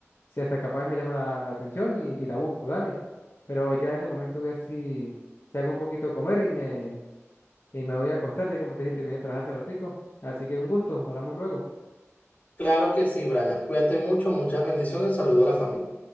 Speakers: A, on the left (about 55°); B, on the left (about 35°).
A: si hasta capaz me llama la, la atención y, y la busco, dale. Pero ya en este momento voy a ver si, si hago un poquito de comer y me, y me voy a acostar, ya como te dije, terminé de trabajar hace ratico. Así que un gusto, hablamos luego.
B: claro que sí, Brian, cuídate mucho, muchas bendiciones, saludo a la familia.